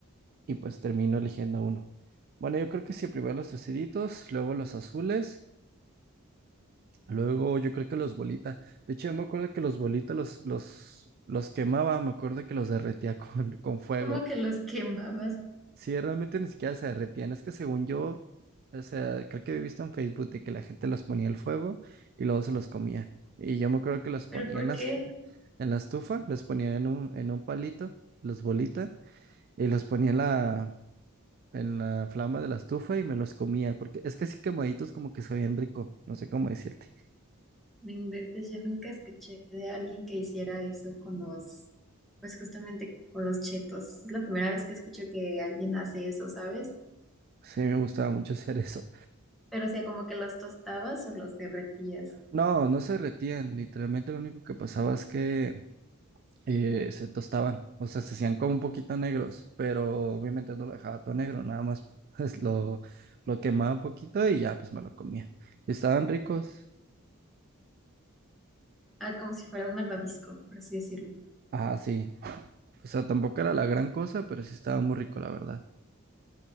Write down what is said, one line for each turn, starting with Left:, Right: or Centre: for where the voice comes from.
Right: y pues termino eligiendo uno. Bueno, yo creo que sí, primero los triceditos, luego los azules, luego yo creo que los bolita. De hecho, yo me acuerdo que los bolitas los, los, los quemaba, me acuerdo que los derretía <laughs> con, con fuego.
Centre: Como que los quemabas,
Right: Sí, realmente ni siquiera se derretían. Es que según yo, o sea, creo que he visto en Facebook de que la gente los ponía al fuego y luego se los comía. Y yo me acuerdo que los ponía
Centre: pero ¿por
Right: en las,
Centre: qué?
Right: en la estufa, los ponía en un, en un palito, los bolita, y los ponía en la, en la flama de la estufa y me los comía. Porque es que así quemaditos como que sabían rico, no sé cómo decirte.
Centre: No inventes, yo nunca escuché de alguien que hiciera eso con los, pues justamente con los chetos. Es la primera vez que escucho que alguien hace eso, ¿sabes?
Right: Sí, me gustaba mucho hacer eso.
Centre: Pero o sea, como que los tostabas o los derretías.
Right: No, no se derretían. Literalmente lo único que pasaba es que eh, se tostaban, o sea, se hacían como un poquito negros, pero obviamente no lo dejaba todo negro, nada más <laughs> pues, lo, lo quemaba un poquito y ya pues me lo comía. Estaban ricos.
Centre: Ah, como si fuera un malvavisco, por así decirlo.
Right: Ah, sí. O sea, tampoco era la gran cosa, pero sí estaba muy rico, la verdad.